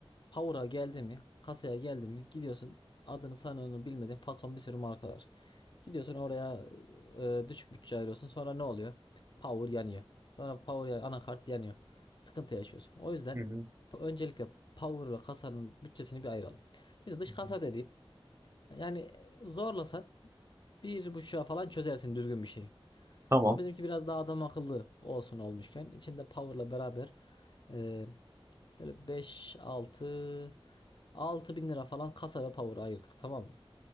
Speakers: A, on the left; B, on the right.
A: Power'a geldi mi, kasaya geldi mi gidiyorsun adını sanını bilmediğin fason bir sürü marka var. Gidiyorsun oraya e, düşük bütçe ayırıyorsun. Sonra ne oluyor? Power yanıyor. Sonra power yan- anakart yanıyor. Sıkıntı yaşıyorsun. O yüzden
B: Hı hı.
A: öncelikle power ve kasanın bütçesini bir ayıralım. Şimdi dış
B: hı hı.
A: kasa dediğin yani e, zorlasak bir buçuğa falan çözersin düzgün bir şeyi.
B: Tamam.
A: Ama bizimki biraz daha adam akıllı olsun olmuşken içinde power'la beraber e, şöyle 5 6 6 bin lira falan kasa ve power ayırdık tamam mı?